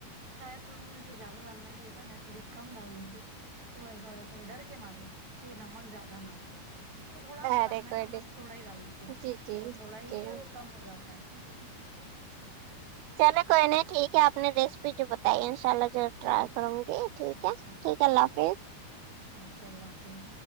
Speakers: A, on the right; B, on the right.
A: شاید تھوڑی مجھے زیادہ ڈالنا چاہیے تھا میں تھوڑی کم ڈال دیتی ہوں تو ایسا ہو جاتا ہے ڈر کے مارے کہ نمک زیادہ نہ ہوجائے تو تھوڑا سا ڈالنا
B: ارے
A: ہے
B: کوئی
A: ناں
B: نہیں
A: بس تھوڑا ہی ڈال دیتی ہوں
B: جی جی
A: تو وہ تھوڑا ہی
B: جی
A: وہ کم ہوجاتا ہے
B: چلے کوئی نہیں ٹھیک ہے آپ نے ریسیپی جو بتائی ہے ان شاء اللہ جو ٹرائی کروں گی ٹھیک
A: اچھا
B: ہے
A: جی
B: ٹھیک ہے اللہ
A: ضرور
B: حافظ
A: اوکے اللہ حافظ